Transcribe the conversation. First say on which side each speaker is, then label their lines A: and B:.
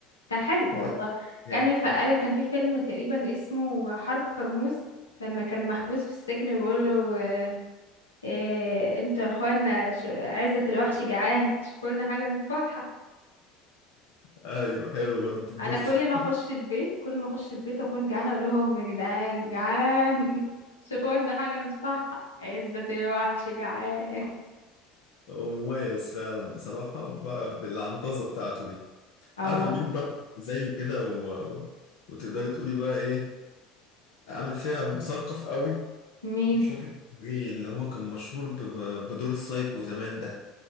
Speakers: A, on the left (about 85°); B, on the left (about 65°).
A: كان حلو
B: ده
A: والله
B: كان
A: كان فقال
B: جامد.
A: كان في فيلم تقريبا اسمه حرب كرموز لما كان محبوس في السجن بيقول له آه، آه، انتوا يا اخوانا ش- عزة الوحش جعان شوفوا لنا حاجة ندفعها
B: ايوه حلو برضه الدور
A: انا كل ما اخش البيت كل ما اخش البيت واكون جعانة اقول لهم يا جدعان جعان <laughs> شوفوا لنا حاجة ندفعها عزة الوحش جعان
B: هو مميز فعلا بصراحة ب- بالعنطزة بتاعته دي
A: اه
B: عارفة مين برضه زيه كده و... وتقدري تقولي بقى ايه عامل فيها مثقف قوي
A: مين
B: مش فاكر اسمه ايه اللي هو كان مشهور ب... ب- بدور السايكو زمان ده